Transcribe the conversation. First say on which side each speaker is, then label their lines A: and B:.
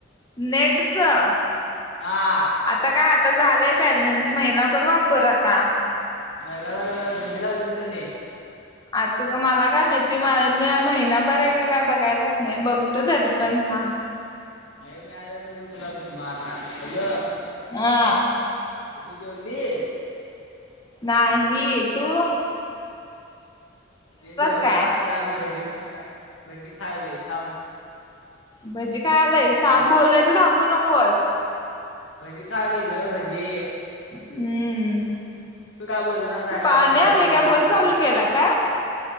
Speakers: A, on the left; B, on the left.
A: नेटचं
B: हा
A: आता काय आता झालंय बॅलन्स महिनाभर वापर आता
B: महिनाभर <unintelligible> गुंडी लावलीस तुनी
A: आता मला काय माहिती मी महिनाभर आहे का काय बघायलाच नाही बघतो तरी पण थांब
B: नाही मिळालं, तर मी तुला मारणार. हॅलो
A: आ
B: तु जेवलीस?
A: नाही. तु?
B: मी जेवणार
A: काय
B: आत्ता मी भजी खाणार आहे. भजी खायालोय थांब
A: भजी खायालास. थांब
B: हॅलो
A: बोलायचं थांबू नकोस.
B: भजे खायला ये ग भजे.
A: हम्म.
B: त काय बोली ना झालास,
A: पाणी
B: आणि उगाच
A: आले
B: बोलाया
A: काय बोर
B: थांबू
A: चालू
B: नको.
A: केला काय